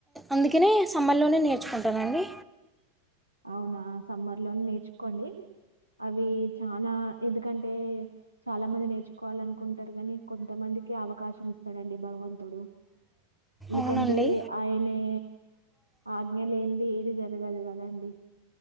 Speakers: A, in the centre; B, on the right (about 85°).
A: అందుకనే సమ్మల్లోనే నేర్చుకుంటానండి
B: ఔనా సమ్మర్లో నేర్చుకోండి అవి చానా ఎందుకంటే చాలా మంది నేర్చుకోవాలనుకుంటారు గాని కొంతమం దికే అవకాశం ఇస్తాడండి భగవంతుడు ఎందుకంటే
A: అవునండి
B: ఆయినే ఆజ్ఞ లేనిది ఏది జరగదు గదండి